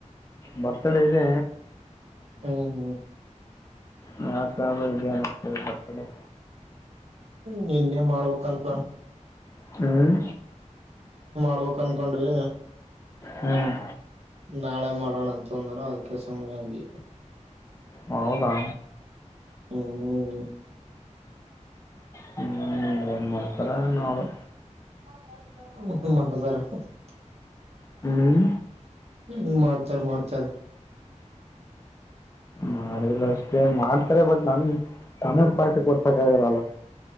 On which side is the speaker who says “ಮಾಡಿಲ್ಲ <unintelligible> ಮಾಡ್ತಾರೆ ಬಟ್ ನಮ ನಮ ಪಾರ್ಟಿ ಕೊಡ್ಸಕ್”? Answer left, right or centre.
Left